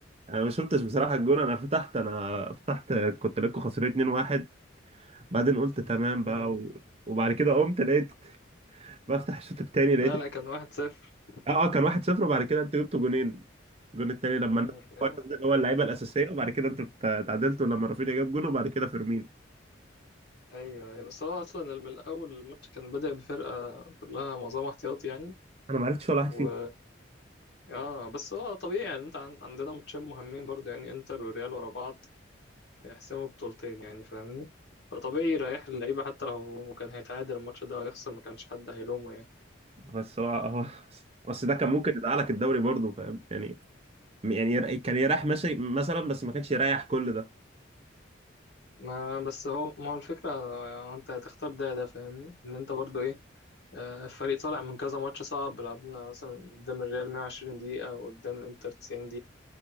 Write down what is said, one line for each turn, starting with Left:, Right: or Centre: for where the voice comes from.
Right: انا ما شفتش بصراحة الجون انا فتحت انا فتحت كنت لكم خسرانين 2-1 بعدين قلت تمام
Left: مم.
Right: بقى و... وبعد كده قمت لقيت بفتح الشوط التاني لقيت
Left: لا لا كان واحد صفر
Right: اه اه كان واحد صفر وبعد كده انتوا جبتوا جونين الجون التاني لما
Left: مم.
Right: نزل-
Left: يا
Right: هو نزل هو اللعيبه الاساسيه
Left: عم
Right: وبعد كده انتوا ات- اتعادلتوا لما رافينيا جاب جون وبعد كده فيرمين
Left: ايوه أيوة. بس هو اصلا من الاول الماتش كان بدأ بفرقه كلها معظمها احتياطي يعني
Right: انا ما عرفتش ولا واحد
Left: و
Right: فيهم
Left: اه بس هو طبيعي يعني انت عن... عندنا ماتشين مهمين برضه يعني انتر وريال ورا بعض هيحسموا بطولتين يعني فاهمني فطبيعي يريح اللعيبه حتى لو كان هيتعادل الماتش ده هيخسر ما كانش حد هيلومه يعني
Right: بس هو هو <laughs> بس ده كان ممكن يدعى لك الدوري برضه فاهم يعني يعني ير- كان يريح
Left: مم.
Right: ماشي مثلا بس ما كانش يريح كل ده
Left: ما بس هو ما هو الفكرة آه، انت هتختار ده ده فاهمني ان انت برضو ايه آه، الفريق طالع من كذا ماتش صعب لعبنا مثلا قدام الريال 120 دقيقة وقدام انتر 90